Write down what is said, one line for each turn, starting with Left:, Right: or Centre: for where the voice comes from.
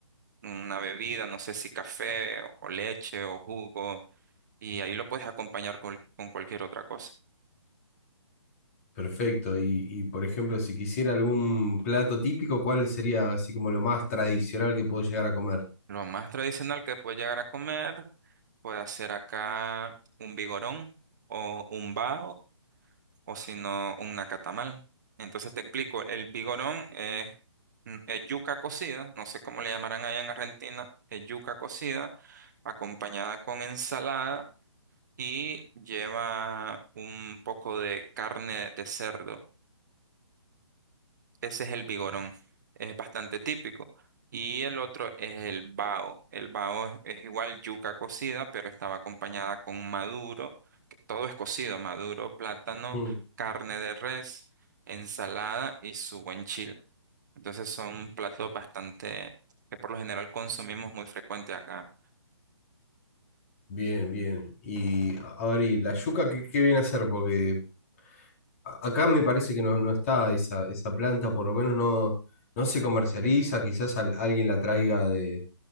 Right: una bebida, no sé si café o leche o jugo, y ahí lo puedes acompañar con con cualquier otra cosa.
Left: perfecto. Y, y, por ejemplo, si quisiera algún plato típico, ¿cuál sería así como lo más tradicional que puedo llegar a comer?
Right: Lo más tradicional que puedes llegar a comer puede ser acá un vigorón o un bao o si no un nacatamal. Entonces te explico, el vigorón es, mm, es yuca cocida, no sé cómo le llamarán allá en Argentina, es yuca cocida acompañada con ensalada y lleva un poco de carne de cerdo. Ese es el vigorón, es bastante típico. Y el otro es el bao. El bao es, es igual yuca cocida, pero estaba acompañada con maduro, que todo es cocido, maduro, plátano,
Left: Mm,
Right: carne de res, ensalada y su buen chile. Entonces son platos bastante que por lo general consumimos muy frecuente acá.
Left: bien, bien. Y a a ver, ¿y la yuca qué, qué viene a ser? Porque a- acá me parece que no, no está esa, esa planta, por lo menos no, no se comercializa, quizás al- alguien la traiga de,